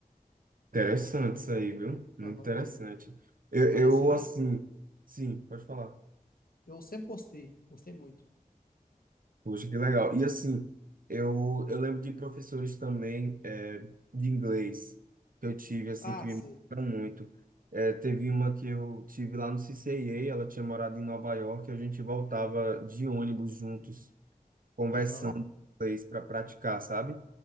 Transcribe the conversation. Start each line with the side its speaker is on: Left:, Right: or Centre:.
Right: Interessante isso aí, viu? Muito
Left: Aham.
Right: interessante. Eu,
Left: Mas
Right: eu
Left: eu.
Right: assim, sim, pode falar.
Left: Eu sempre gostei, gostei muito.
Right: Puxa, que legal. E assim, eu, eu lembro de professores também é, de inglês que eu tive, assim,
Left: Ah,
Right: que me
Left: sei.
Right: marcaram muito. É, teve uma que eu tive lá no CCIA, ela tinha morado em Nova York, e a gente voltava de ônibus juntos conversando
Left: Aham.
Right: em inglês para praticar, sabe?